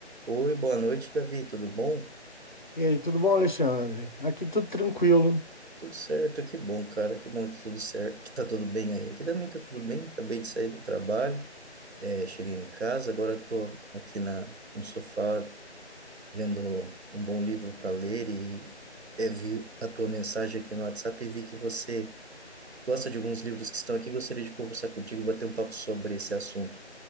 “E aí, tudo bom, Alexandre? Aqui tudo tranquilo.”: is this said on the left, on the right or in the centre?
Left